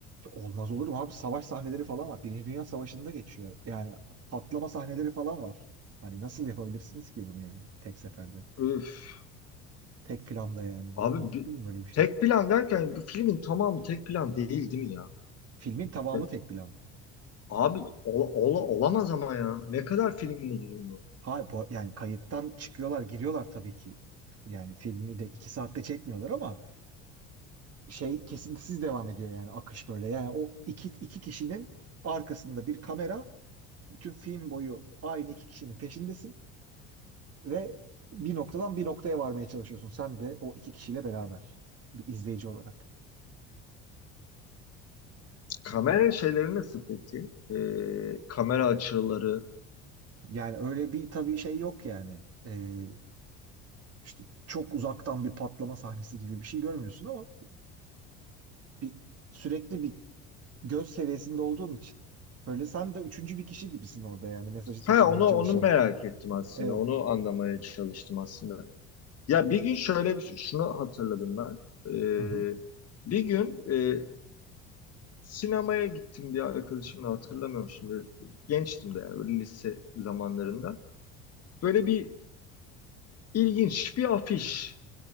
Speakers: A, on the right; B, on the left.
A: Olmaz olur mu abi? Savaş sahneleri falan var. Birinci Dünya Savaşı'nda geçiyor. Yani patlama sahneleri falan var. Hani nasıl yapabilirsiniz ki bunu yani tek seferde?
B: Öf.
A: Tek planda yani bu
B: Abi
A: mümkün
B: bir-
A: mü böyle bir şey?
B: tek plan derken bir filmin tamamı tek plan değil değil mi ya?
A: Filmin tamamı
B: E,
A: tek plan.
B: Abi ola- ola- olamaz ama ya. Ne kadar filmin uzunluğu?
A: Hayır bu- yani kayıttan çıkıyorlar giriyorlar tabii ki. Yani filmi de iki saatte çekmiyorlar ama şey kesintisiz devam ediyor yani akış böyle. Yani o iki, iki kişinin arkasında bir kamera bütün film boyu aynı iki kişinin peşindesin. Ve bir noktadan bir noktaya varmaya çalışıyorsun. Sen de o iki kişiyle beraber bir izleyici olarak.
B: Kamera şeyleri nasıl peki? Ee, kamera açıları.
A: Yani öyle bir tabii şey yok yani. Ee, işte çok uzaktan bir patlama sahnesi gibi bir şey görmüyorsun ama bir sürekli bir göz seviyesinde olduğun için böyle sen de üçüncü bir kişi gibisin orada yani mesajı taşımaya
B: Ha onu
A: çalışan.
B: onu merak ettim aslında.
A: Evet.
B: Onu anlamaya çalıştım aslında. Ya bir gün şöyle bir şey, şunu hatırladım ben. Ee,
A: Hı hı.
B: bir gün e, sinemaya gittim bir arkadaşımla hatırlamıyorum şimdi. Gençtim de yani böyle lise zamanlarında. Böyle bir ilginç bir afiş.